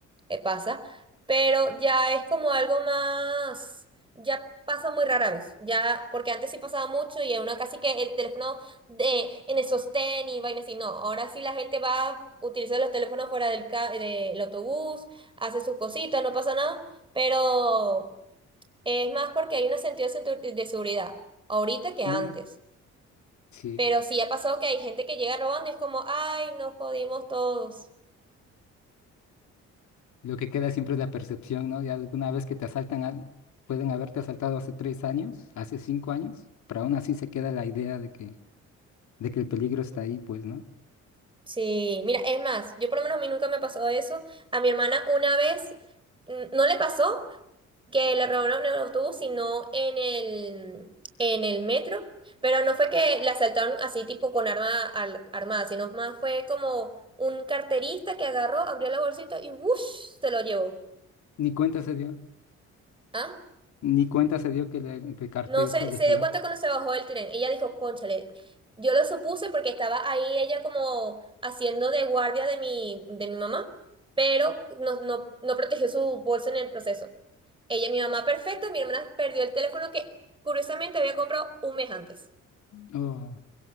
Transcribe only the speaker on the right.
eh, pasa, pero ya es como algo más, ya pasa muy rara vez, ya, porque antes sí pasaba mucho y uno casi que el teléfono de, en el sostén y vainas y no, ahora sí la gente va, utiliza los teléfonos fuera del, ca- del autobús, hace sus cositas, no pasa nada, pero es más porque hay un sentido de segu- de seguridad ahorita que antes.
Pero sí ha pasado que hay gente que llega robando y es como, ay, nos jodimos todos.
Sí, mira, es más, yo por lo menos a mí nunca me pasó eso. A mi hermana una vez mm, no le pasó que le robaron en el autobús, sino en el, en el metro. Pero no fue que la asaltaron así tipo con arma al- armada, sino más fue como un carterista que agarró, abrió la bolsita y ¡wush! se lo llevó.
¿Ah?
No se,
se
dio cuenta cuando se bajó del tren. Ella dijo, cónchale, yo lo supuse porque estaba ahí ella como haciendo de guardia de mi, de mi mamá, pero no, no, no protegió su bolso en el proceso. Ella, mi mamá perfecta, mi hermana perdió el teléfono que curiosamente había comprado un mes antes.